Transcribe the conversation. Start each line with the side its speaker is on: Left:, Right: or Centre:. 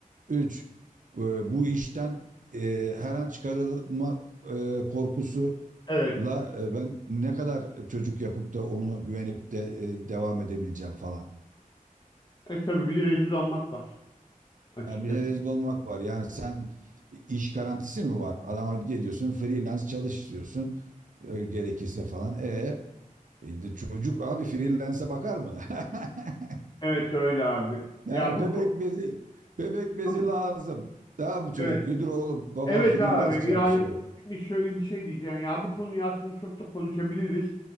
Right: Üç, e, bu işten e, her an çıkarılma e, korkusuyla
Left: Evet.
Right: e, ben ne kadar çocuk yapıp da onu güvenip de e, devam edebileceğim falan.
Left: E tabii bir de rezil olmak var açıkçası.
Right: Ha, bir de rezil olmak var. Yani sen iş garantisi mi var? Adama gidiyorsun freelance çalış diyorsun. e, gerekirse falan. E, e, de çocuk abi freelance'e bakar mı? <laughs>
Left: Evet öyle abi.
Right: Yani
Left: Ya bu
Right: bebek
Left: ko-
Right: bezi bebek bezi
Left: tamam.
Right: lazım. Tamam mı çocuk?
Left: Evet.
Right: Yürü oğlum babam
Left: Evet
Right: freelance
Left: abi
Right: çalışıyor.
Left: yani şimdi şöyle bir şey diyeceğim ya bu konuyu aslında çok da konuşabiliriz